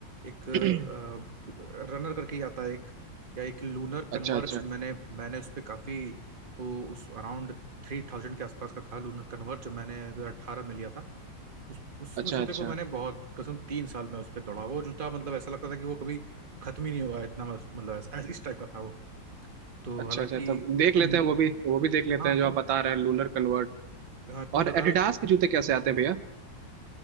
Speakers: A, on the right (about 30°); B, on the right (about 85°).
A: एक
B: <clears throat>
A: रनर करके ही आता है एक या एक लूनर कन्वर्ज
B: अच्छा अच्छा
A: मैंने मैंने उस पर काफ़ी वो उस अराउंड थ्री थाउजेंड के आसपास का था लूनर कन्वर्ज जो मैंने दो हज़ार अठारह में लिया था उस उस
B: अच्छा
A: उस जूते
B: अच्छा
A: को मैंने बहुत कसम तीन साल में उस पर दौड़ा वो जूता मतलब ऐसा लगता था कि वो कभी खत्म ही नहीं होगा इतना मैं उस- मतलब ऐसा- इस टाइप का था वो तो
B: अच्छा
A: हालांकि
B: अच्छा तब देख
A: तुम
B: लेते हैं वो भी वो भी देख लेते
A: हाँ
B: हैं जो
A: तुम
B: आप बता रहे हैं लूनर कन्वर्ट
A: हाँ, तुम
B: और
A: बता
B: एडिडास
A: रहे हो
B: के जूते कैसे आते हैं भैया